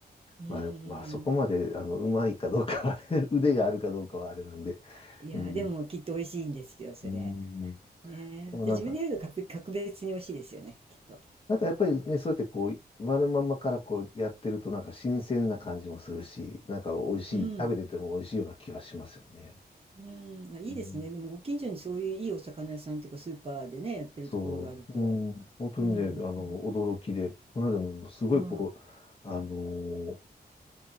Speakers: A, on the right; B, on the left.
A: うん。
B: まあ、まあ、そこまで、あの、うまいかどうかは <laughs> 腕があるかどうかはあれなんで。
A: いや、
B: うん。
A: でもきっと美味しいんですよ、それ。
B: うん。で
A: ねえ、
B: もなんか、
A: また自分でやると格、格別に美味しいですよね、きっと。
B: なんかやっぱりね、そうやってこう、丸まんまからこうやってるとなんか新鮮な感じもするし、なんか美味しい、
A: うん。
B: 食べてても美味しいような気はしますよね。
A: うん。あ、いいですね。
B: うん、
A: でもご近所にそういういいお魚屋さんっていうかスーパーでね、やってるところがあると。
B: そううん、本当にね、
A: うん。
B: あの、
A: え、
B: 驚きで、この間もすごいこう、
A: は
B: あのー